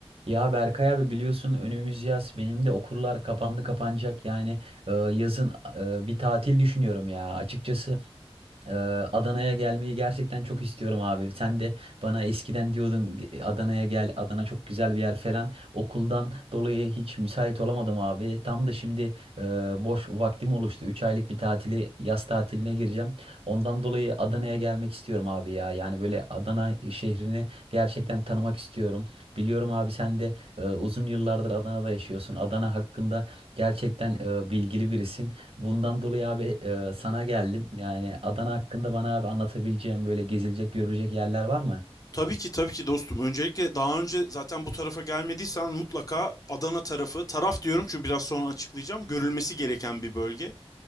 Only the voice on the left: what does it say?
Tabii ki tabii ki dostum. Öncelikle daha önce zaten bu tarafa gelmediysen mutlaka Adana tarafı, taraf diyorum çünkü biraz sonra açıklayacağım. Görülmesi gereken bir bölge.